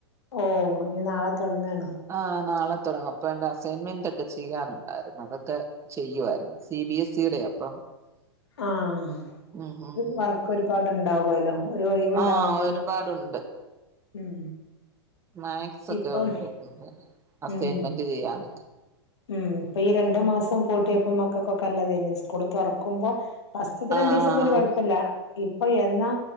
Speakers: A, on the left (about 80°); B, on the right (about 20°).
A: ഓ, ഇനി നാളെ തൊടങ്ങാണ്.
B: ആഹ് നാളെ തുടങ്ങും. അപ്പോ എന്റെ അസൈൻമെന്റ് ഒക്കെ ചെയ്യാനുണ്ടായിരുന്നു, അതൊക്കെ ചെയ്യുവായിരുന്നു. സി ബി എസ് ഇടെയാ, അപ്പം
A: ആഹ
B: ഉം ഉം
A: ഒരു വർക്ക് ഒരുപാട്ണ്ടാാവല്ലോ? ഒരു ഒഴിവുണ്ടാവുമ്പോ,
B: ആഹ് ഒരുപാടുണ്ട്
A: ഉം
B: മാക്സ് ഒക്കെ
A: ഇപ്പം
B: ഉണ്ട്, അസൈൻമെന്റ്
A: ഉം
B: ചെയ്യാന്
A: ഉം ഇപ്പൊ ഈ രണ്ടു മാസം പൂട്ടിയപ്പോ മക്കൾക്കൊക്കെ നല്ല ഇതയ്നി, സ്കൂള് തുറക്കുമ്പോ ഫസ്റ്റിത്തെ രണ്ട
B: ആഹ്
A: ദിവസൊന്നും ഒരു കുഴപ്പല്ല. ഇപ്പൊ എന്നാ